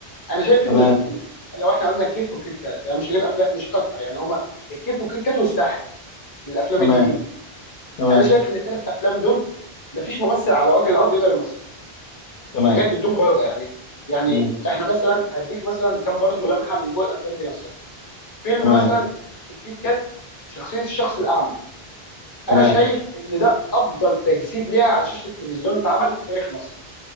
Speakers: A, on the left (about 25°); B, on the left (about 65°).
A: انا شايف
B: تمام
A: ان ال- لو احنا قلنا الكيف والكيت كات يعني مش هجيب افلام مش هكتر يعني هما الكيف والكيت كات والساحر من الافلام
B: تمام
A: الجديده
B: تمام
A: انا شايف ان الثلاث افلام دول مفيش ممثل على وجه الارض يقدر يمثل
B: تمام
A: بجد بدون مبالغه يعني يعني
B: مم.
A: احنا مثلا هديك مثلا كام برضو لمحه من جوه الافلام دي نفسها فيلم
B: تمام
A: مثلا الكيت كات شخصيه الشخص الاعمى
B: تمام
A: انا شايف ان ده افضل تجسيد ليها على شاشه التلفزيون اتعمل في تاريخ مصر